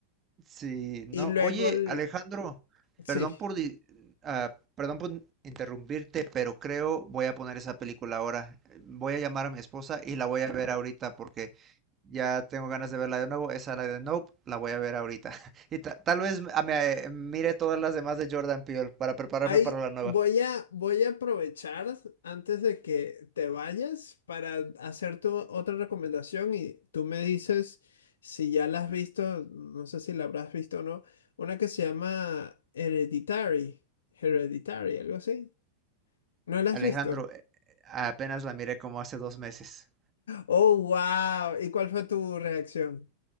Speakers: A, on the right; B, on the left.
A: Sí, no.
B: Y luego,
A: Oye,
B: el-
A: Alejandro,
B: sí,
A: perdón por di- ah, perdón por interrumpirte, pero creo voy a poner esa película ahora. Voy a llamar a mi esposa y la voy a ver ahorita porque ya tengo ganas de verla de nuevo. Esa la de Nope, la voy a ver ahorita. <laughs> Y ta- tal vez ah, me eh, mire todas las demás de Jordan Peele para prepararme
B: Ahí
A: para la nueva.
B: voy a, voy a aprovechar antes de que te vayas para hacerte o- otra recomendación y tú me dices si ya la has visto, no sé si la habrás visto o no, una que se llama Hereditary, Hereditary, algo así. ¿No la
A: Alejandro,
B: has visto?
A: eh, apenas la miré como hace dos meses.
B: Oh, wow. ¿Y cuál fue tu reacción?